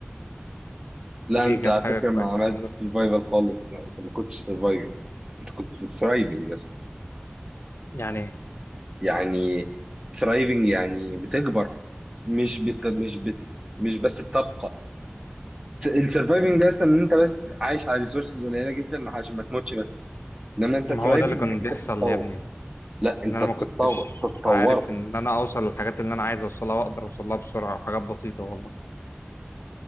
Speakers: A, on the right; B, on the left.
A: لا
B: ودي
A: انت
B: كانت
A: على
B: حاجه
A: فكره ما
B: كويسه
A: عملتش
B: الحمد لله
A: سرفايفل خالص لا انت ما كنتش سرفايفل انت كنت ثرايفنج يا اسطى
B: يعني
A: يعني ثرايفنج يعني بتكبر مش بت... مش بت... مش بس بتبقى السرفايفنج ده اصلا ان انت بس عايش على ريسورسز قليله جدا عشان ما تموتش بس انما انت
B: ما
A: ثرايفنج
B: هو ده اللي كان
A: انك انت
B: بيحصل
A: بتتطور
B: يا ابني
A: لا انت
B: ان انا
A: بتتطور
B: ما كنتش
A: انت اتطورت
B: عارف ان انا اوصل للحاجات اللي انا عايز اوصلها واقدر اوصلها بسرعه وحاجات بسيطه والله